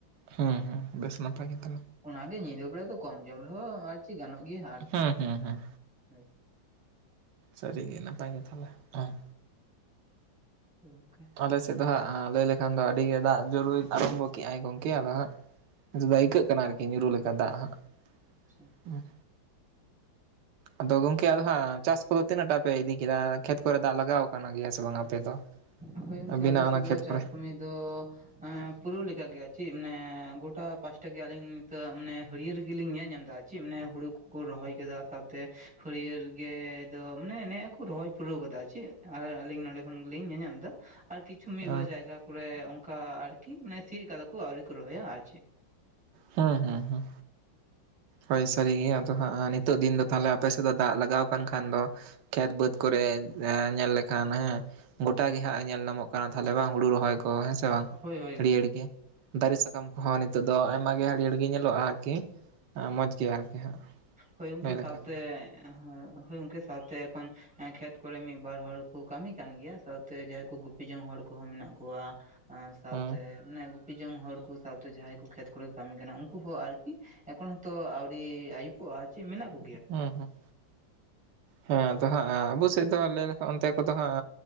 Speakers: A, on the right; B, in the centre.
A: ᱦᱩᱸ ᱦᱩᱸ ᱵᱮᱥ ᱱᱟᱯᱟᱭ ᱜᱮ ᱛᱟᱦᱞᱮ᱾
B: ᱚᱱᱟᱜᱮ ᱧᱤᱫᱟᱹ ᱵᱮᱲᱟ ᱫᱚ ᱠᱚᱢ ᱡᱚᱢ ᱨᱮᱦᱚᱸ ᱟᱨ ᱪᱮᱫ ᱜᱟᱱᱚᱜ ᱜᱮᱭᱟ ᱟᱨ ᱪᱮᱫ᱾
A: ᱦᱩᱸ ᱦᱩᱸ ᱦᱩᱸ
B: ᱦᱳᱭ
A: ᱥᱟᱹᱨᱤ ᱜᱮ ᱱᱟᱯᱟᱭ ᱜᱮ ᱛᱟᱦᱞᱮ᱾ ᱩᱸ
B: ᱮ ᱜᱚᱝᱠᱮ
A: ᱟᱞᱮ ᱥᱮᱫ ᱫᱚ ᱦᱟᱸᱜ ᱞᱟᱹᱭ ᱞᱮᱠᱷᱟᱱ ᱫᱚ ᱟᱹᱰᱤ ᱜᱮ ᱫᱟᱜ ᱡᱚᱨᱩᱭ ᱟᱨᱚᱢᱵᱷᱚ ᱠᱮᱜ-ᱟᱭ ᱜᱚᱝᱠᱮ ᱟᱫᱚ ᱦᱟᱸᱜ ᱱᱤᱛᱚᱜ ᱫᱚ ᱟᱹᱭᱠᱟᱹᱜ ᱠᱟᱱᱟ ᱟᱨᱠᱤ ᱧᱩᱨᱩ ᱞᱮᱠᱟ ᱫᱟᱜ ᱦᱟᱸᱜ᱾
B: ᱟᱪᱪᱷᱟ᱾
A: ᱦᱩᱸ᱾ ᱟᱫᱚ ᱜᱚᱝᱠᱮ ᱟᱫᱚ ᱦᱟᱸᱜ ᱪᱟᱥ ᱠᱚᱫᱚ ᱛᱤᱱᱟᱹᱜ ᱴᱟ ᱯᱮ ᱤᱫᱤ ᱠᱮᱫᱟ ᱠᱷᱮᱛ ᱠᱚᱨᱮ ᱫᱟᱜ ᱞᱟᱜᱟᱣ ᱟᱠᱟᱱᱟ ᱜᱮᱭᱟ ᱥᱮ ᱵᱟᱝ ᱟᱯᱮ ᱫᱚ? <unintelligible>
B: ᱦᱳᱭ ᱜᱚᱝᱠᱮ
A: ᱟᱵᱤᱱᱟᱜ
B: ᱟᱞᱮᱥᱮᱫ
A: ᱚᱱᱟ ᱠᱷᱮᱛ
B: ᱫᱚ ᱪᱟᱥ
A: ᱠᱚᱨᱮ
B: ᱠᱟᱹᱢᱤ ᱫᱚ ᱮᱸ ᱯᱩᱨᱟᱹᱣ ᱞᱮᱠᱟ ᱜᱮ ᱟᱨ ᱪᱮᱫ ᱢᱟᱱᱮ ᱜᱚᱴᱟ ᱯᱟᱥᱴᱟ ᱜᱮ ᱟᱹᱞᱤᱧ ᱱᱤᱛᱚᱜ ᱢᱟᱱᱮ ᱦᱟᱹᱲᱭᱟᱹᱨ ᱜᱮᱞᱤᱧ ᱧᱮᱞ ᱧᱟᱢ ᱫᱟ ᱟᱨ ᱪᱮᱫ ᱢᱟᱱᱮ ᱦᱩᱲᱩ ᱠᱚᱠᱚ ᱨᱚᱦᱚᱭ ᱠᱟᱫᱟ ᱥᱟᱶᱛᱮ ᱦᱟᱹᱲᱭᱟᱹᱨ ᱜᱮ ᱫᱚ ᱢᱟᱱᱮ ᱱᱮᱜ-ᱮ ᱠᱚ ᱨᱚᱦᱚᱭ ᱯᱩᱨᱟᱹᱣ ᱠᱟᱫᱟ ᱟᱨ ᱪᱮᱫ ᱟᱨ ᱟᱹᱞᱤᱧ ᱱᱚᱰᱮ ᱠᱷᱚᱱ ᱜᱮᱞᱤᱧ ᱧᱮᱧᱟᱢ ᱫᱟ, ᱟᱨ ᱠᱤᱪᱷᱩ ᱢᱤᱫ
A: ᱦᱩᱸ
B: ᱵᱟᱨ ᱡᱟᱭᱜᱟ ᱠᱚᱨᱮ ᱚᱱᱠᱟ ᱟᱨᱠᱤ ᱢᱟᱱᱮ ᱥᱤᱭ ᱠᱟᱫᱟ ᱠᱚ ᱟᱹᱣᱨᱤ ᱠᱚ ᱨᱚᱦᱚᱭᱟ ᱟᱨ ᱪᱮ᱾
A: ᱦᱚᱸ ᱦᱚᱸ ᱦᱚᱸ ᱦᱳᱭ ᱥᱟᱹᱨᱤ ᱜᱮ ᱟᱫᱚ ᱦᱟᱸᱜ ᱱᱤᱛᱚᱜ ᱫᱤᱱ ᱫᱚ ᱛᱟᱦᱞᱮ ᱟᱯᱮ ᱥᱮᱫ ᱫᱚ ᱫᱟᱜ ᱞᱟᱜᱟᱣ ᱟᱠᱟᱱ ᱠᱷᱟᱱ ᱫᱚ ᱠᱷᱮᱛ ᱵᱟᱹᱫᱽ ᱠᱚᱨᱮ ᱮᱸ ᱧᱮᱞ ᱞᱮᱠᱷᱟᱱ ᱦᱮᱸ ᱜᱚᱴᱟ ᱜᱮ ᱦᱟᱸᱜ ᱧᱮᱞ ᱱᱟᱢᱚᱜ ᱠᱟᱱᱟ ᱛᱟᱦᱞᱮ ᱵᱟᱝ ᱦᱩᱲᱩ ᱨᱚᱦᱚᱭ ᱠᱚ ᱦᱮᱸᱥ ᱥᱮ ᱵᱟᱝ
B: ᱦᱳᱭ ᱦᱳᱭ
A: ᱦᱟᱹᱲᱭᱟᱹᱨ
B: ᱜᱚᱝᱠᱮ
A: ᱜᱮ, ᱫᱟᱨᱮ ᱥᱟᱠᱟᱢ ᱠᱚᱦᱚᱸ ᱱᱤᱛᱚᱜ ᱫᱚ ᱟᱭᱢ ᱢᱟ ᱜᱮ ᱦᱟᱹᱨᱭᱟᱹᱲ ᱜᱮ ᱧᱮᱞᱚᱜ-ᱟ ᱟᱨᱠᱤ ᱢᱚᱡᱽ ᱜᱮ ᱟᱨᱠᱤ ᱦᱟᱸᱜ᱾
B: ᱦᱳᱭ ᱜᱚᱝᱠᱮ
A: ᱞᱟᱹᱭ ᱞᱮᱠᱷᱟᱱ
B: ᱥᱟᱶᱛᱮ
A: ᱫᱚ
B: ᱦᱳ-ᱦᱳᱭ ᱜᱚᱝᱠᱮ ᱥᱟᱶᱛᱮ ᱮᱠᱷᱚᱱ ᱦᱮᱸ ᱠᱷᱮᱛ ᱠᱚᱨᱮ ᱢᱤᱫ ᱵᱟᱨ ᱦᱚᱲ ᱠᱚ ᱠᱟᱹᱢᱤ ᱠᱟᱱ ᱜᱮᱭᱟ ᱥᱟᱶᱛᱮ ᱡᱟᱦᱟᱸᱭ ᱠᱚ ᱜᱩᱯᱤ ᱡᱚᱝ ᱦᱚᱲ ᱠᱚᱦᱚᱸ ᱢᱮᱱᱟᱜ ᱠᱚᱣᱟ ᱟᱨ ᱥᱟᱶᱛᱮ
A: ᱦᱮᱸ
B: ᱚᱱᱮ ᱜᱩᱯᱤ ᱡᱚᱝ ᱦᱚᱲ ᱠᱚ ᱥᱟᱶᱛᱮ ᱡᱟᱦᱟᱸᱭ ᱠᱚ ᱠᱷᱮᱛ ᱠᱚᱨᱮ ᱠᱟᱹᱢᱤ ᱠᱟᱱᱟ ᱩᱱᱠᱩ ᱦᱚᱸ ᱟᱨᱠᱤ ᱮᱠᱷᱚᱱ ᱦᱚᱸᱛᱚ ᱟᱹᱣᱨᱤ ᱟᱭᱩᱯᱚᱜ-ᱟ ᱪᱮᱫ ᱢᱮᱱᱟᱜ ᱠᱚ
A: ᱦᱩᱸ ᱦᱩᱸ ᱦᱮᱸ ᱛᱚ ᱦᱟᱸᱜ ᱟᱵᱚ ᱥᱮᱫ ᱫᱚ ᱞᱟᱹᱭ ᱞᱮᱠᱷᱟᱱ ᱚᱱᱛᱮ ᱠᱚᱫᱚ ᱦᱟᱸᱜ